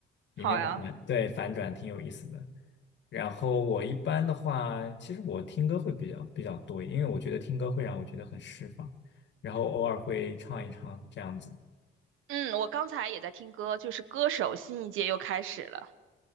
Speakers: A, on the left (about 65°); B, on the right (about 90°).
A: 里面的反对反转挺有意思的。
B: 好呀，
A: 然后我一般的话，其实我听歌会比较比较多一点因为我觉得听歌会让我觉得很释放，然后偶尔会唱一唱这样子。
B: 嗯，我刚才也在听歌，就是歌手新一届又开始了。